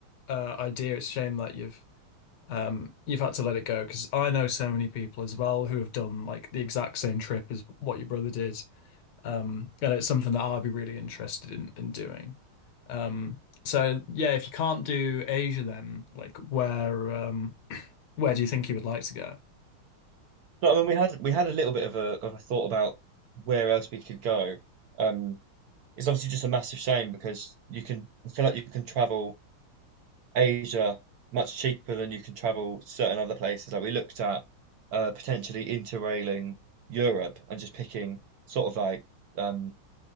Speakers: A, on the left (about 65°); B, on the right (about 60°).
A: uh, idea. It's a shame that you've um you've had to let it go because I know so many people as well who have done like the exact same trip as what your brother did. Um, and it's something that I'd be really interested in in doing. Um, so yeah, if you can't do Asia, then like where um where do you think you would like to go?
B: but I mean, we had we had a little bit of a of a thought about where else we could go. Um, it's obviously just a massive shame because you can I feel like you can travel Asia much cheaper than you can travel certain other places. Like we looked at uh, potentially interrailing Europe and just picking sort of like um,